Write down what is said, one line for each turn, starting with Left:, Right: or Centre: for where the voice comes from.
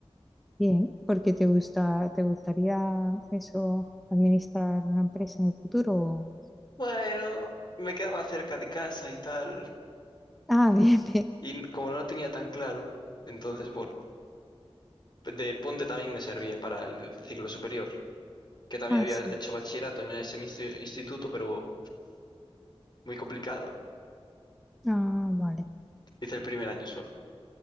Centre: bien, porque te gusta, te gustaría eso, administrar una empresa en el futuro. o-
Left: Bueno, me quedaba cerca de casa y tal.
Centre: Ah, <laughs> bien, bien.
Left: Y n- como no lo tenía tan claro, entonces, bueno, de puente también me servía para el ciclo superior. que también
Centre: Ah,
Left: había
Centre: sí.
Left: hecho bachillerato en ese mismo instituto, pero muy complicado.
Centre: Ah, vale.
Left: Hice el primer año solo.